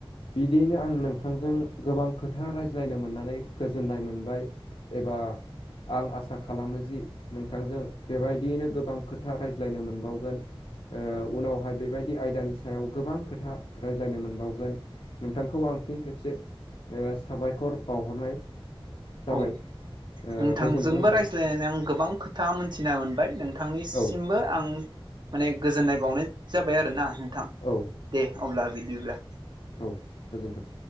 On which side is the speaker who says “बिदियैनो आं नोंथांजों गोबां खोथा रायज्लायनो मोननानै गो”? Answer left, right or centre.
Left